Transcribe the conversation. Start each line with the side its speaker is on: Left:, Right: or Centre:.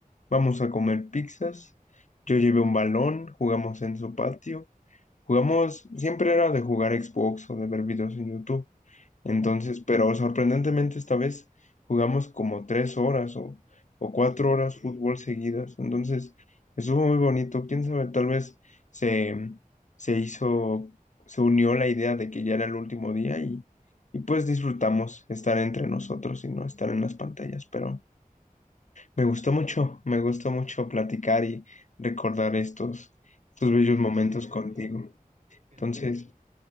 Left: Vamos a comer pizzas. Yo llevé un balón, jugamos en su patio. Jugamos, siempre era de jugar Xbox o de ver videos en YouTube. Entonces,
Right: ujú,
Left: pero sorprendentemente esta vez jugamos como tres horas o, o cuatro
Right: sí,
Left: horas fútbol seguidas. Entonces, estuvo muy bonito. Quién sabe, tal vez se, se hizo, se unió la idea de que ya era el último día y, y pues disfrutamos estar entre nosotros y no estar en las pantallas. Pero. Me gustó mucho, me gustó mucho platicar y recordar estos, estos bellos
Right: sí,
Left: momentos
Right: a mí también.
Left: contigo.
Right: <laughs>
Left: Entonces,